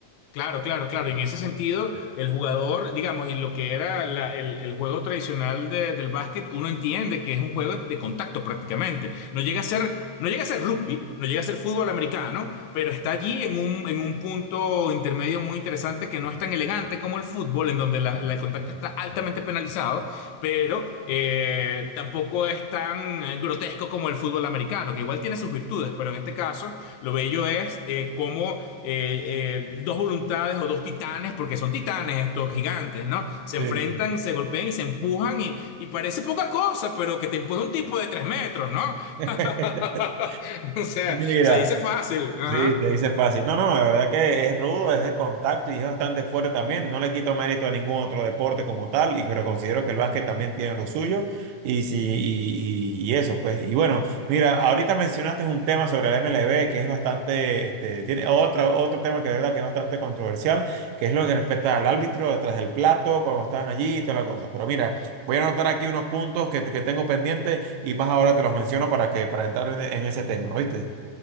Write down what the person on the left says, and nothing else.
Claro, claro, claro. En ese sentido, el jugador, digamos, y lo que era la- el, el juego tradicional de- del básquet, uno entiende que es un juego de contacto prácticamente. No llega a ser, no llega a ser rugby, no llega a ser fútbol americano, pero está allí en un, en un punto intermedio muy interesante que no es tan elegante como el fútbol, en donde la- la- el contacto está altamente penalizado, pero eh, tampoco es tan eh, grotesco como el fútbol americano, que igual tiene sus virtudes, pero en este caso, lo bello es eh, cómo eh, eh, dos voluntades o dos titanes, porque son titanes estos gigantes, ¿no? Se
enfrentan, se golpean y se empujan y, y parece poca cosa, pero que te empuja un tipo de tres metros, ¿no?
<laughs> o sea,
se dice fácil. Ajá.